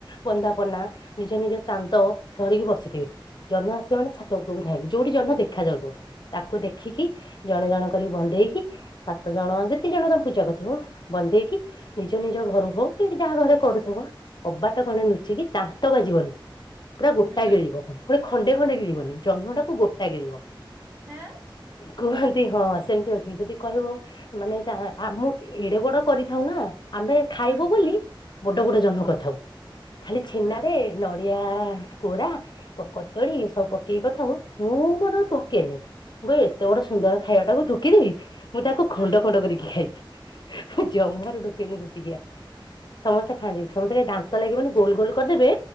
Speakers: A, on the left; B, on the right.
A: ବନ୍ଦାପନା ନିଜ ନିଜ ଚାନ୍ଦ ଧରିକି ବସିଥିବେ ଜହ୍ନଆସ୍‌- ସେମାନେେ ଛାତ ଉପୁରକୁ ଧାଇବି ଯୋଉଠି ଜନ୍ନ ଦେଖା ଯାଉଥିବ ତାକୁ ଦେଖିକି ଜଣେ ଜଣ କରିକି ବଧେଇକି ସାତ ଜଣ ଯେତେ ଜଣ ତମେ ପୂଜା କରିଥିବ ବଧେଇକି ନିଜ ନିଜ ଘରୁ ହଉ କି ଯାହା ଘରେ କରୁଥିବ କବାଟ କଣେ ଲୁଚିକି ଦାନ୍ତ ବାଜିବନି ପୁରା ଗୋଟା
B: ହୁଁ
A: ଗିଳିବ କ ମଟେ ଖଣ୍ଡେ ଖଣ୍ଡେ ଗିଳିବନି ଜହ୍ନଟାକୁ ଗୋଟା ଗିଳିବ
B: ହଁ
A: କୁହନ୍ତି ହଁ ସେମିତି ଅଛି ଯଦି କହିବ ମାନେ ତା ଆମ ଏଡେ ବଡ କରିଥାଉ ନା ଆମେ ଖାଇବୁ
B: ହୁଁ
A: ବୋଲି
B: ହୁଁ
A: ବଡ ବଡ ଜନକରି ଥାଉ ଖାଲି ଛେନାରେ
B: ହୁଁ
A: ନଡିଆ କୋରା କୋ କଦଳୀ ସବୁ କି କଥା ହଉ ମୁଁ ମୋର ଢୋକେନେହିଁ ମୁଁ କହିଲ ଏତେ ଗୋଟେ ସୁନ୍ଦର ଖାଇବା ଟାକୁ ଢୋକିବିନେହିଁ। ମୁଁ ତାକୁ ଖଣ୍ଡ
B: ହୁଁ
A: ଖଣ୍ଡ କରିକି ଖାଇବି ଜମାରୁ ଢୋକେନି ଗୋଟିକିଆ। ସମସ୍ତେ ଖାନ୍ତି ସମସ୍ତେ ଦାନ୍ତ ଲାଗିବ ନାହିଁ ଗୋଲ ଗୋଲ କରିଦେବେ